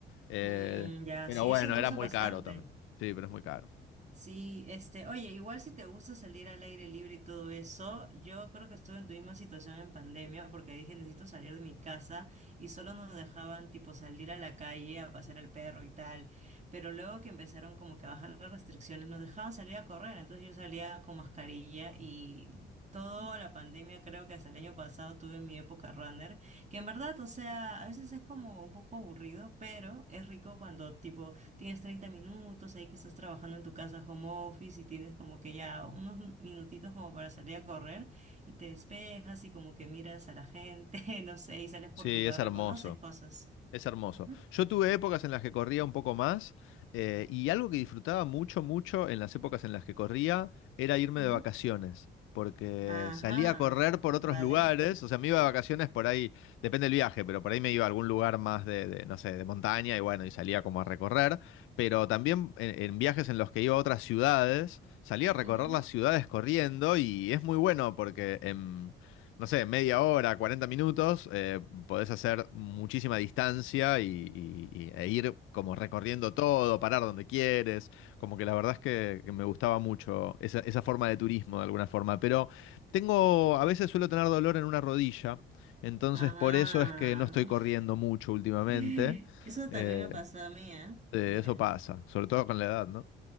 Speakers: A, on the left; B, on the right.
A: Eh,
B: Mm, ya,
A: pero
B: sí,
A: bueno,
B: eso lo
A: era
B: usan
A: muy
B: bastante.
A: caro también. Sí, pero es muy caro.
B: Sí, este, oye, igual si te gusta salir al aire libre y todo eso, yo creo que estuve en tu misma situación en pandemia porque dije necesito salir de mi casa y solo nos dejaban tipo salir a la calle a pasear al perro y tal, pero luego que empezaron como que a bajar las restricciones nos dejaban salir a correr, entonces yo salía con mascarilla y toda la pandemia creo que hasta el año pasado tuve mi época runner, que en verdad, o sea, a veces es como un poco aburrido, pero es rico cuando tipo tienes 30 minutos, ahí que estás trabajando en tu casa home office y tienes como que ya unos minutitos como para salir a correr y te despejas y como que miras a la gente, <laughs> no sé, y sales por
A: Sí,
B: tu barrio
A: es hermoso.
B: y conoces cosas.
A: Es hermoso.
B: Ujú,
A: Yo tuve épocas en las que corría un poco más eh, y algo que disfrutaba mucho, mucho en las épocas en las que corría era irme
B: ujú.
A: de vacaciones, porque
B: Ajá,
A: salía a correr por otros
B: vale.
A: lugares, o sea, me iba de vacaciones por ahí, depende del viaje, pero por ahí me iba a algún lugar más de, de, no sé, de montaña y bueno, y salía como a recorrer, pero también en, en viajes en los que iba a otras ciudades, salía a recorrer
B: Ujú.
A: las ciudades corriendo y es muy bueno porque... em, no sé, media hora, 40 minutos, eh, podés hacer muchísima distancia y, y- y- e ir como recorriendo todo, parar donde quieres. Como que la verdad es que, que me gustaba mucho esa, esa forma de turismo de alguna forma. Pero tengo, a veces suelo tener dolor en una rodilla, entonces
B: Ah,
A: por eso es que no estoy corriendo mucho últimamente.
B: <laughs>
A: Mm.
B: eso
A: Eh,
B: también me pasó a mí, ¿eh?
A: eh,
B: Mira.
A: eso pasa, sobre todo con la edad, ¿no?